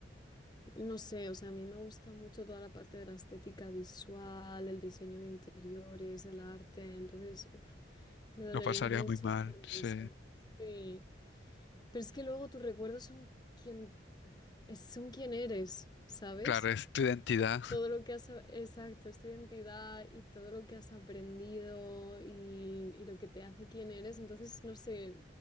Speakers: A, on the left (about 25°); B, on the left (about 65°).
A: no sé, o sea, a mí me gusta mucho toda la parte de la estética visual, el diseño de interiores, el arte, entonces, uff. Me dolería
B: lo pasarías
A: mucho
B: muy mal,
A: perder
B: sí.
A: eso. Sí. Pero es que luego tus recuerdos son quien, es- son quien eres, ¿sabes?
B: Claro, es tu identidad. <laughs>
A: Todo lo que has, a- exacto, es tu identidad y todo lo que has aprendido y, y lo que te hace quien eres. Entonces, no sé,